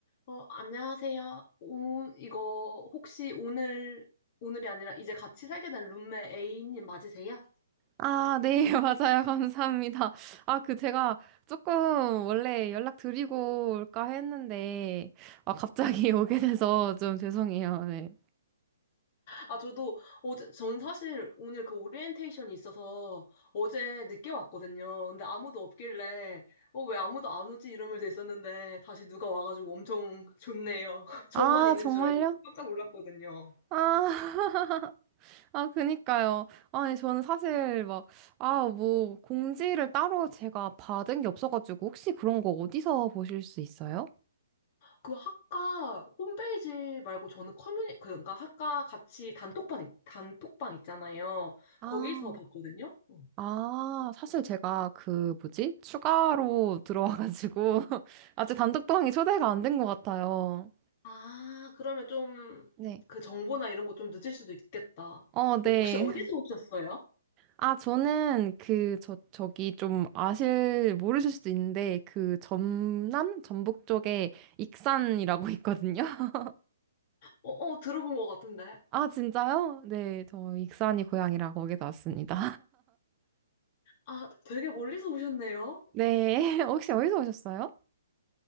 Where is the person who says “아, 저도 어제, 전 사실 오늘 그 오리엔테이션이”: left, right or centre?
Left